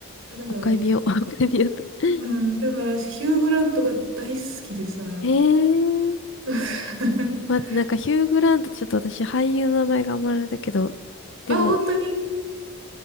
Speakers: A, on the right (about 65°); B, on the left (about 55°).
A: だから、
B: 一回見よう。<laughs> もう一回見ようと。<laughs>
A: うん、だから、ヒュー・グラントが大好きでさ。
B: えー、
A: <laughs>
B: 待って、なんかヒュー・グラントちょっと私俳優の名前があんまあれだけど、でも、
A: あ、本当に